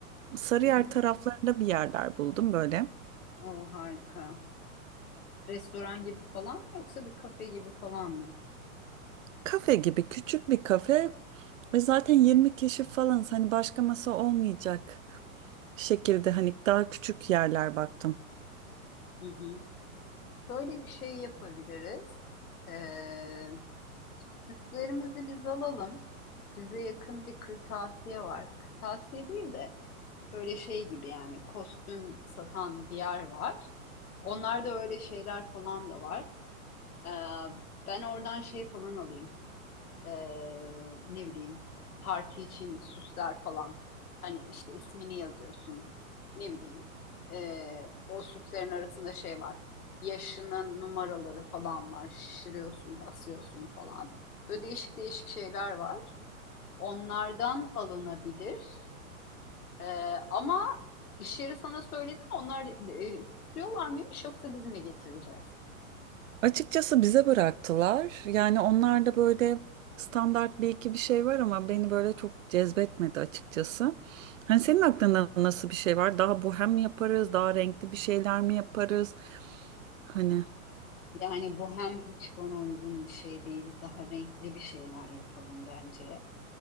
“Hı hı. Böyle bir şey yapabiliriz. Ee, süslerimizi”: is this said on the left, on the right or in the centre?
Left